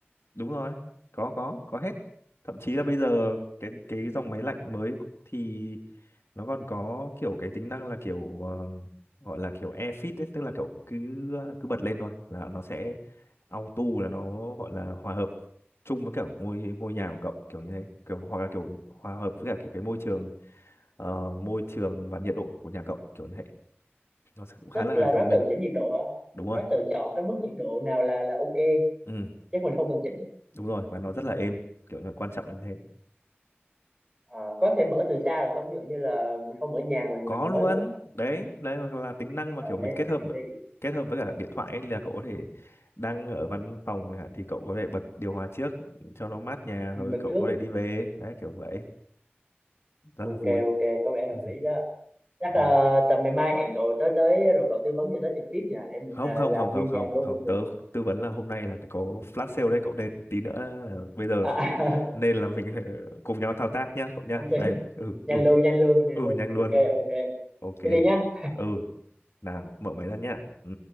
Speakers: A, on the left; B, on the right.
A: đúng rồi có có có hết thậm chí là bây giờ cái cái dòng máy lạnh mới thì nó còn có kiểu cái tính năng là kiểu ờm, gọi là kiểu air fit ấy, tức là kiểu cứ cứ bật lên thôi là nó sẽ auto là nó gọi là hòa hợp chung với kiểu ngôi ngôi nhà của cậu kiểu như thế kiểu, hoặc là kiểu hòa hợp với cả kiểu cái môi trường ờ, môi trường và nhiệt độ của nhà cậu kiểu như thế nó sẽ cũng khá
B: tức
A: là
B: là nó
A: thông minh
B: tự chỉnh nhiệt độ đó.
A: đúng rồi
B: nó tự chọn cái mức nhiệt độ nào là là ok
A: ừ
B: chứ mình không cần chỉnh
A: đúng rồi và nó rất là êm kiểu là quan trọng là như thế
B: à, có thể mở từ xa được không ví dụ như là mình không ở nhà mình
A: có
B: mình mở
A: luôn
B: được không
A: đấy đấy hoặc là tính năng mà
B: ở
A: kiểu
B: đấy
A: mình kết hợp
B: để, để,
A: kết hợp với cả điện thoại ấy, là cậu có thể đang ở văn phòng chẳng hạn thì cậu có thể bật điều hòa trước cho nó mát nhà
B: ừ,
A: rồi
B: đặt
A: cậu
B: trước
A: có thể đi về đấy kiểu vậy rất
B: ok
A: là vui
B: ok có vẻ hợp
A: <laughs>
B: lý đó chắc
A: ừ.
B: là tầm ngày mai hẹn cậu tới tới rồi cậu tư vấn cho tới trực tiếp nha để mình
A: không
B: à,
A: không
B: làm
A: không không
B: nguyên
A: không
B: vàng luôn
A: không
B: cũng được
A: tớ tư vấn là hôm nay là có flash sale đấy cậu nên tí nữa là bây giờ
B: à,
A: nên là mình <laughs> cùng nhau thao tác nhá cậu nhá
B: <laughs> ok
A: đây ừ
B: nhanh
A: ừ
B: luôn nhanh luôn nhanh
A: ừ
B: luôn
A: nhanh
B: ok
A: luôn
B: ok
A: ok
B: thế đi nhá
A: ừ nào mở máy ra nhá ừ